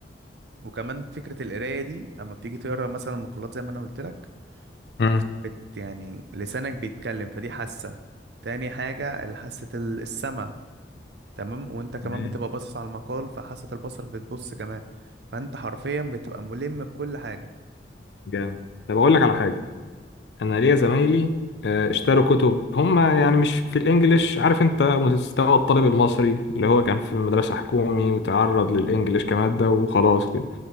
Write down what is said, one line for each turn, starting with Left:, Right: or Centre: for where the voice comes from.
Right: وكمان فكرة القراية دي اما بتيجي تقرا مثلا مقالات زي ما انا قلت لك
Left: امم
Right: بت يعني لسانك بيتكلم فدي حاسة تاني حاجة حاسة ال- السمع تمام وانت كمان
Left: تمام.
Right: بتبقى باصص على المقال فحاسة البصر بتبص كمان فانت حرفيا بتبقى ملم بكل حاجة
Left: جامد طب أقول لك على حاجة أنا ليا زمايلي آه، اشتروا كتب هم يعني مش في الإنجليش عارف أنت مستوى الطالب المصري اللي هو كان في مدرسة حكومي وتعرض للإنجليش كمادة وخلاص كده